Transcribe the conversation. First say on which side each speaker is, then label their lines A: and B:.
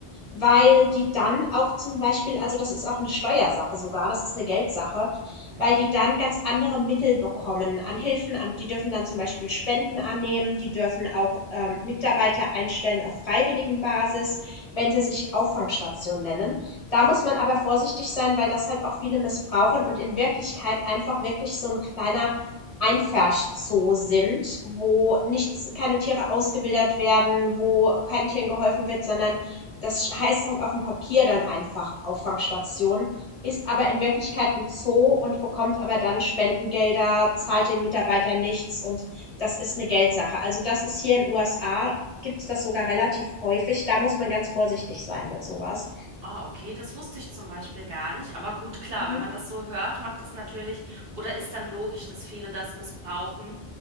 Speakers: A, on the left (about 40°); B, on the right (about 70°).
A: weil die dann auch zum Beispiel, also das ist auch eine Steuersache sogar, das ist eine Geldsache,
B: Mhm.
A: weil die dann ganz andere Mittel bekommen an Hilfen. An, die dürfen dann zum Beispiel Spenden annehmen, die dürfen auch ähm, Mitarbeiter einstellen auf Freiwilligenbasis, wenn sie sich Auffangstation nennen. Da muss man aber vorsichtig sein, weil das halt auch viele missbrauchen und in Wirklichkeit einfach wirklich so ein kleiner Einfärschzoo sind, wo nichts, keine Tiere ausgewildert werden, wo kein Tieren geholfen wird, sondern das heißt halt auf dem Papier dann einfach Auffangstation, ist aber in Wirklichkeit ein Zoo und bekommt aber dann Spendengelder, zahlt den Mitarbeitern nichts und das ist eine Geldsache. Also, das ist hier in USA gibt's das sogar relativ häufig. Da muss man ganz vorsichtig sein mit sowas.
B: Ah, okay, das wusste ich zum Beispiel gar nicht. Aber gut, klar,
A: Mhm.
B: wenn man das so hört, macht das natürlich oder ist dann logisch, dass viele das missbrauchen